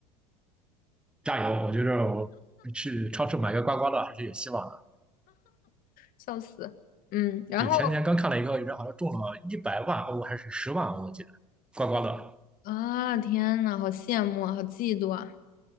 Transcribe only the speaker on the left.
笑死。嗯，然后
啊，天呐，好羡慕啊，好嫉妒啊。